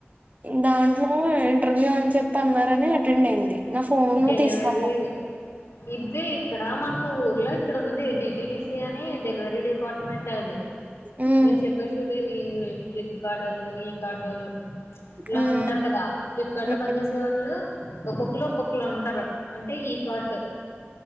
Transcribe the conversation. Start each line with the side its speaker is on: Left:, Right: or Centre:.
Right: దాంట్లో ఇంటర్వ్యూ అని చెప్పి అన్నారని అటెండ్ అయింది నా ఫోన్
Left: డెలివరీ
Right: తీసుకో
Left: ఇది ఇక్కడ మాకు ఊర్లో ఇక్కడ ఉంది డిటిడడిసి అని డెలివరీ డిపా మంటది
Right: ఉమ్,
Left: మీరు చెప్పే చూడి ఈ ఫ్లిప్కార్ట్ వాళ్ళు ఈ కార్ట్ వాళ్ళు ఇలా
Right: ఉమ్,
Left: ఉంటారు కదా ఫ్లిప్కార్ట్ లో
Right: ఉమ్,
Left: పని చేేసే ఒళ్ళు ఒక్కొక్కరు ఒక్కొక్కళ ఉంటారు అంటే ఈ కార్ట్